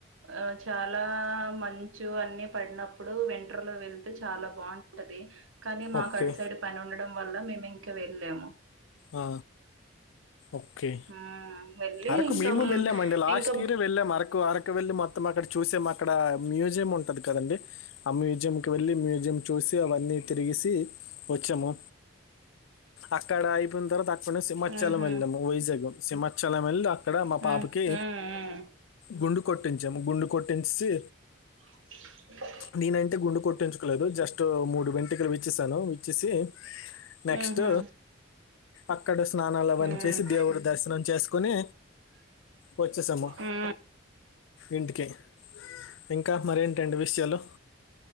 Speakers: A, on the right; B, on the left.
A: ఆ చాలా మంచు అన్ని పడినప్పు ప్పుడు వింటర్లో వెళ్తే చాలా బాగుంటది కానీ మాకు
B: ఓకే
A: అటు సైడ్ పని ఉండడం వల్ల మేము ఇంక వెళ్ళాము
B: ఆ ఒక్కే
A: హ్మ్. వెళ్ళి
B: అరకు
A: ఇంకా
B: మేము
A: హ్మ్.
B: వెళ్ళామండి లాస్ట్
A: ఇంకా
B: ఇయరె వెళ్ళాం అరకు అరకు ఇక్క వెళ్ళి మొత్తం అక్కడ చూసే అక్కడ మ్యూజియం ఉంటది కదండి ఆ మ్యూజియంకి వెళ్ళి మ్యూజియం చూసి అవన్నీ తిరిగేసి వచ్చాము అక్కడ అయిపోయిన తర్వాత అక్కడ సింహచ్చాలం
A: హుహు.
B: వెళినము వైజగ్ సింమా చాలం మెల్లి అక్కడ మా
A: హ్మ్.
B: పాపకి
A: హ్మ్. హ్మ్.
B: గుండు కొట్టించము గుండు కొట్టించించి
A: ష్...
B: నేనంటే గుండు కొట్టించుకోలేదు జస్ట్ మూడు వెంటకలు విచ్చిసాను విచ్చేసి నెక్స్ట్
A: హుహు.
B: అక్కడే స్నానాలవన్నీ
A: హ్మ్.
B: చేసి దేవుడు దర్శనం చేసుకొని వచ్చేసము
A: హ్మ్.
B: ఇంటికి ఇంకా మర ఏంటండీ విషయాలు